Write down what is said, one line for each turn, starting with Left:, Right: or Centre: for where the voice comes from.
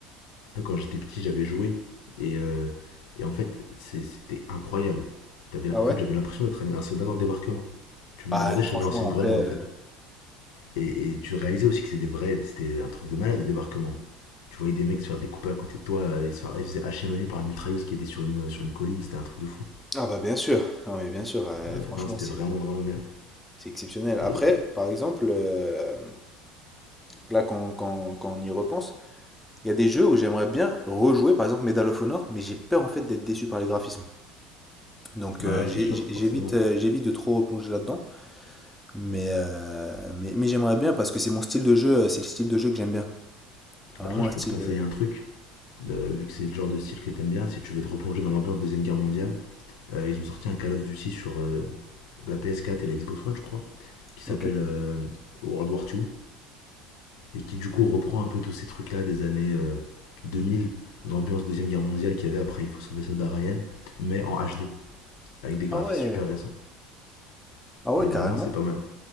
Left: Quand j'étais petit, j'avais joué et, euh, et en fait, c'était incroyable. en
Centre: Ah ouais?
Left: fait, j'avais l'impression d'être un, un soldat dans le débarquement. Tu
Centre: Ah,
Left: me demandais
Centre: franchement,
Left: si j'avais lancé une
Centre: après.
Left: grenade en
Centre: euh,
Left: fait. Et, et tu réalisais aussi que c'était des vrais, c'était un truc de malade le débarquement. Tu voyais des mecs se faire découper à côté de toi, euh, ils se, faire, ils se faisaient hacher menu par une mitrailleuse qui était sur une, sur une colline, c'était un truc de fou.
Centre: Ah bah bien sûr, non mais bien sûr, euh,
Left: Ouais,
Centre: franchement,
Left: non, c'était
Centre: c'est
Left: vraiment vraiment bien.
Centre: C'est exceptionnel. Après,
Left: Et, et-
Centre: par exemple, euh, là, quand, quand- quand on y repense, il y a des jeux où j'aimerais bien rejouer, par exemple Medal of Honor, mais j'ai peur en fait d'être déçu par les graphismes. Donc
Left: bah
Centre: euh,
Left: ouais,
Centre: j'ai-
Left: c'est sûr,
Centre: j'ai-
Left: forcément.
Centre: j'évite euh, j'évite de trop replonger là-dedans, mais, euh, mais, mais j'aimerais bien parce que c'est mon style de jeu, euh, c'est le style de jeu que j'aime bien. C'est vraiment
Left: Après, je
Centre: un
Left: peux
Centre: style...
Left: te conseiller
Centre: euh,
Left: un truc euh, vu que c'est le genre de style que t'aimes bien, si tu veux te replonger dans l'ambiance Deuxième Guerre mondiale, euh, ils ont sorti un Call of Duty sur euh, la PS4 et la Xbox One, je crois, qui
Centre: Ok.
Left: s'appelle euh, World War Two et qui du coup reprend un peu tous ces trucs-là des années euh, 2000, l'ambiance Deuxième Guerre mondiale qu'il y avait après Il faut sauver Soldat Ryan, mais en HD, avec des graphismes
Centre: Ah ouais.
Left: super récents.
Centre: Ah ouais,
Left: Et
Centre: carrément.
Left: vraiment, c'est pas mal.